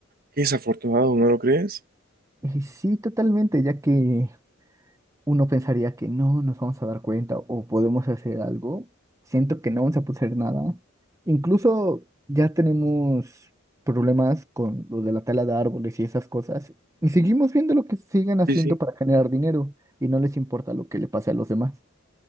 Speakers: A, on the right (about 45°); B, on the right (about 15°).
A: qué desafortunado, ¿no lo crees?
B: Y sí, totalmente, ya que uno pensaría que no nos vamos a dar cuenta o podemos hacer algo, siento que no vamos a poder hacer nada. Incluso ya tenemos problemas con lo de la tala de árboles y esas cosas, y seguimos viendo lo que siguen haciendo
A: Sí, sí.
B: para generar dinero y no les importa lo que le pase a los demás.